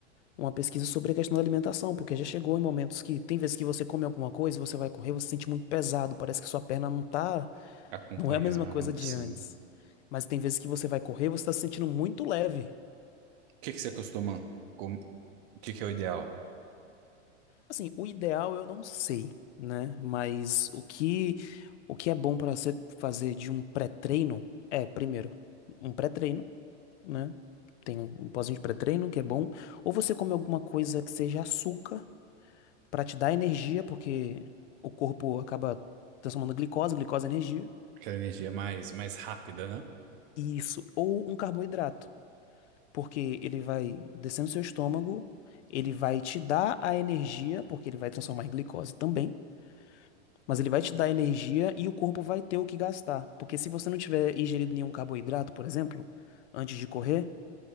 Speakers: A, on the left; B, on the right.
A: uma pesquisa sobre a questão da alimentação, porque já chegou em momentos que tem vezes que você come alguma coisa, você vai correr, você se sente muito pesado, parece que sua perna não tá,
B: Acompanhando,
A: não é a mesma coisa de
B: assim.
A: antes.
B: O
A: Mas tem vezes que você vai correr, você tá se sentindo muito leve.
B: que que você costuma? com- O que que é o ideal?
A: Assim, o ideal eu não sei, né? Mas o que o que é bom para você fazer de um pré-treino é, primeiro, um pré-treino, né? Tem um um pozinho de pré-treino que é bom, ou você come alguma coisa que seja açúcar para te dar energia, porque o corpo acaba transformando glicose, glicose é energia.
B: Aquela energia mais, mais rápida, né?
A: Isso, ou um carboidrato, porque ele vai descendo seu estômago, ele vai te dar a energia, porque ele vai transformar em glicose também. Mas ele vai te dar energia e o corpo vai ter o que gastar. Porque se você não tiver ingerido nenhum carboidrato, por exemplo, antes de correr,